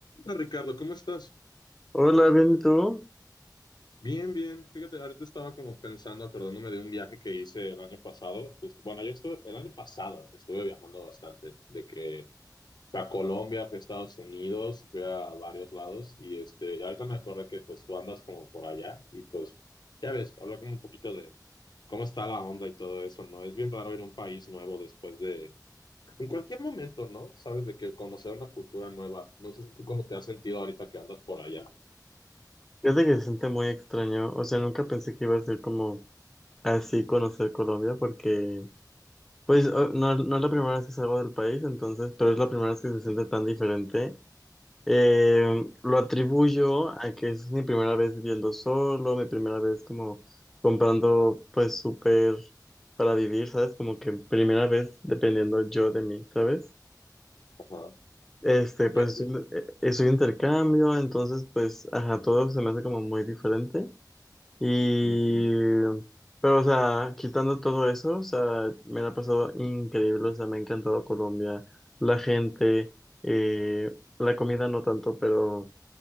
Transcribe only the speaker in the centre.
Hola, bien, ¿y tú?
Fíjate que se siente muy extraño, o sea, nunca pensé que iba a ser como así conocer Colombia, porque, pues, o- no, no es la primera vez que salgo del país, entonces, pero es la primera vez que se siente tan diferente. Eh, lo atribuyo a que es mi primera vez viviendo solo, mi primera vez como comprando, pues, súper para vivir, ¿sabes? Como que primera vez dependiendo yo de mí, ¿sabes?
Este,
pues,
estoy, eh, estoy de intercambio, entonces, pues, ajá, todo se me hace como muy diferente. Y,
pero, o sea, quitando todo eso, o sea, me la ha pasado increíble, o sea, me ha encantado Colombia, la gente, eh, la comida no tanto, pero,